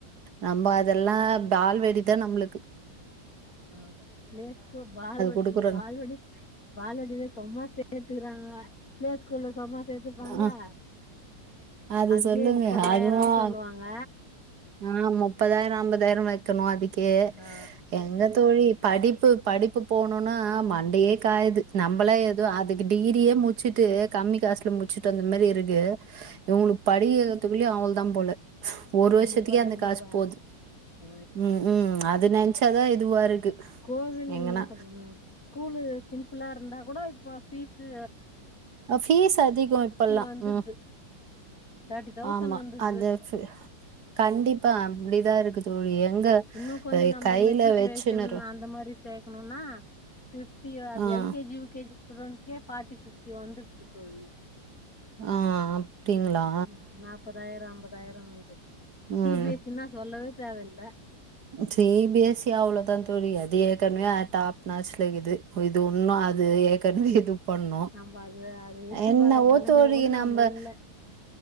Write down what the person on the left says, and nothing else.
ஆ பிளேஸ்கு பால்வ
பால்வடி பால்வடிதா செம்ம சேத்துக்கிறாங்க பிளேஸ்கூள்ள சொன்னா சேத்துப்பாங்ளா
அதுக்கே
முப்பதாயிரோ
சொல்லுவாங்க
ஆ
கண்டிப்பா
கண்டிப்பா
ஆ
கோவில்னு
சொல்றது ஸ்கூலு சிம்பிளா இருந்தா கூட இப்ப பீஸ்ஸூ
வந்துடுது
தேர்ட்டி தௌசண்ட்
வந்துடுது
இன்னு கொஞ்சோ
நம்ம
மெட்ரிகுலேஷன்
அந்த மாரி சேக்கணுனா பிப்டி அது
L
K G U K G ஸூடூடெண்ட்டுகே ஃபார்ட்டி பிப்டி வந்துடுது தோழி
ம் நாப்பதாயிரோ அம்பதாயிரோ வந்துட்து சி
பி எஸ்ஸி னா சொல்லவே தேவல
ஆ
நம்ம அது அது எட்டி
பாக்குற நெலமையில
கூட நம்ம
இல்ல